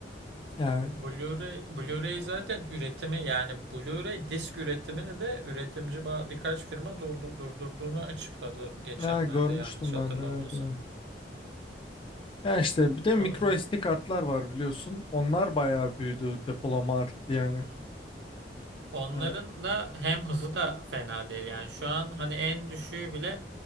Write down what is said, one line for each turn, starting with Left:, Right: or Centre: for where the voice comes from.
Left: Yani
Right: Blu-ray, Blu-ray zaten üretimi yani Blu-ray disk üretimini de üretimci ba- birkaç firma durdu- durdurduğunu açıkladı geçenlerde
Left: ya görmüştüm
Right: yanlış hatırlamıyorsam.
Left: ben de evet, evet. Ya işte bir de
Right: O
Left: micro
Right: da.
Left: SD kartlar var biliyorsun. Onlar bayağı büyüdü depolama arttı yani.
Right: Hı hı. Onların
Left: Yani
Right: da hem hızı da fena değil yani şu an hani en düşüğü bile